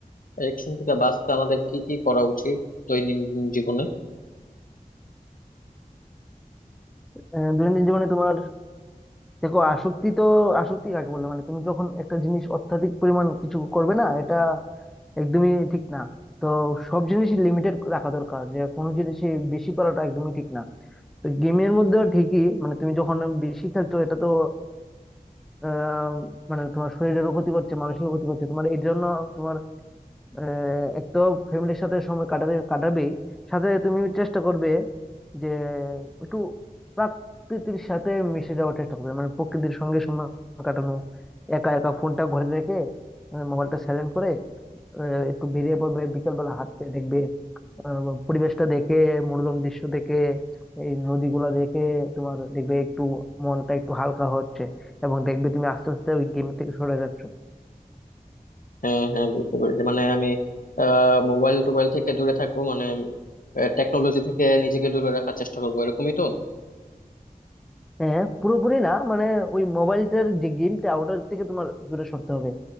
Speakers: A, on the left; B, in the centre.
A: এডিকশন থেকে বাঁচতে আমাদের কি কি করা উচিত দৈনন্দিন জীবনে
B: আহ, দৈনন্দিন জীবনে তোমার দেখো আসক্তি তো আসক্তি কাকে বলে মানে তুমি যখন একটা জিনিস অত্যাধিক পরিমাণ কিছু করবে না এটা একদমই ঠিক না তো সব জিনিসই লিমিটেড রাখা দরকার যে কোনো জিনিসই বেশি করাটা একদমই ঠিক না তো গেমের মধ্যেও ঠিকই মানে তুমি যখন বেশি খেলছো এটা তো আহ মানে তোমার শরীরেরও ক্ষতি করছে মানসিকও ক্ষতি করছে তোমার এই জন্য তোমার আহ এক তো ফ্যামিলির সাথে সময় কাটাতে কাটাবেই সাথে তুমি চেষ্টা করবে যে একটু প্রকৃতির সাথে মিশে যাওয়ার চেষ্টা করবে মানে প্রকৃতির সঙ্গে সময় কাটানো একা একা ফোনটা ঘরে রেখে মোবাইলটা সাইলেন্ট করে আহ, একটু বেরিয়ে পড়বে বিকেল বেলা হাঁটতে দেখবে আহ, পরিবেশটা দেখে মনোরম দৃশ্য দেখে এই নদীগুলা দেখে তোমার দেখবে একটু মনটা একটু হালকা হচ্ছে এবং দেখবে তুমি আস্তে আস্তে ওই গেম থেকে সরে যাচ্ছ
A: হ্যাঁ হ্যাঁ বুঝতে পেরেছি মানে আমি আহ মোবাইল টোবাইল থেকে দূরে থাকবো মানে টেকনোলজি থেকে নিজেকে দূরে রাখার চেষ্টা করবো এরকমই তো
B: হ্যাঁ পুরোপুরি না মানে ওই মোবাইলটার যে গেমটা ওটার থেকে তোমার দূরে সরতে হবে